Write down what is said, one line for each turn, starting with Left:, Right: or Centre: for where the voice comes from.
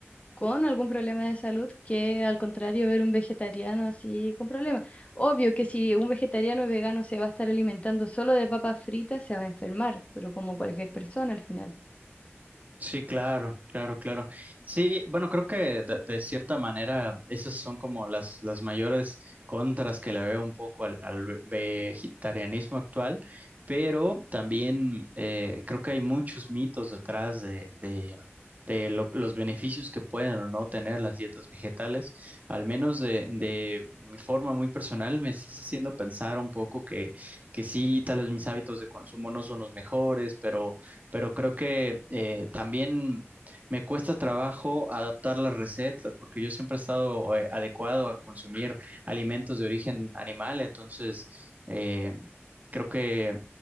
Left: con algún problema de salud que al contrario ver un vegetariano así con problemas. Obvio que si un vegetariano o vegano se va a estar alimentando solo de papas fritas, se va a enfermar, pero como cualquier persona al final.
Right: Sí, claro, claro, claro. Sí, bueno, creo que de, de cierta manera esas son como las, las mayores contras que le veo un poco al, al ve- vegetarianismo actual, pero también eh, creo que hay muchos mitos detrás de, de, de lo- los beneficios que pueden o no tener las dietas vegetales. Al menos de, de mi forma muy personal, me estás haciendo pensar un poco que, que sí, tal vez mis hábitos de consumo no son los mejores, pero pero creo que eh, también me cuesta trabajo adaptar las recetas, porque yo siempre he estado eh, adecuado a consumir alimentos de origen animal, entonces eh, creo que